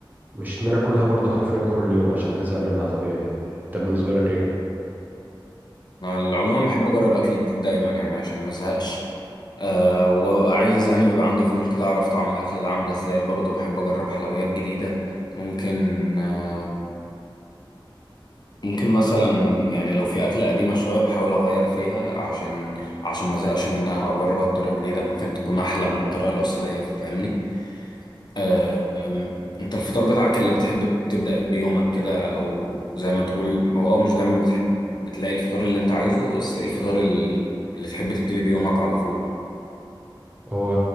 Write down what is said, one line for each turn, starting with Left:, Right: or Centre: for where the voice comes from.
Right: مش إن أنا أكلها برضو حرفيا كل يوم عشان هزهق منها طبيعي يعني أنت بالنسبة لك إيه؟
Left: انا العموم بحب اجرب اكل جديد دايما يعني عشان ما ازهقش أه وببقى عايز يعني بيبقى عندي فضول كده اعرف طعم الاكل ده عامل ازاي برضه بحب اجرب حلويات جديده ممكن آه، ممكن مثلا يعني لو في أكلة قديمة شوية بحاول أغير فيها عشان عشان ما أزهقش منها أو أجربها بطريقة جديدة ممكن تكون أحلى من الطريقة الأصلية فاهمني أه، أم، أنت الفطار بتاعك اللي بتحب تبدأ بيومك كده أو زي ما تقول هو أه مش دايما بتحب بتلاقي الفطار اللي أنت عايزه بس إيه الفطار ال- اللي تحب تبتدي بيومك على طول
Right: هو